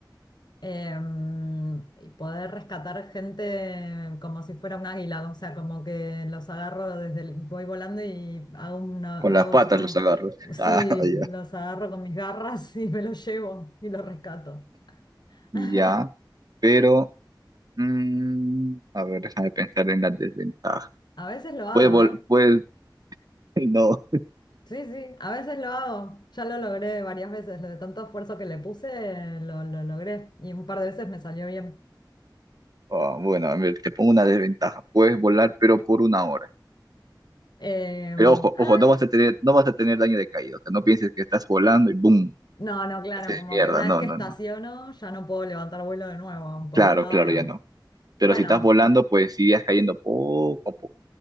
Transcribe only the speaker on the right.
Con las
patas
los agarros. <laughs>
Ah, ya.
Ya,
pero, mm, a ver, déjame pensar en la desventaja.
Puedes volar,
puedes, <laughs> no.
Ah, bueno, a ver, te pongo una desventaja. Puedes volar, pero por una hora.
Pero ojo,
ojo, no vas a tener, no vas a tener daño de caída. O sea, no pienses que estás volando y ¡boom!
Haces
mierda.
No,
no,
no.
Claro,
claro,
ya no. Pero
si estás volando, pues sí irías cayendo poco a poco.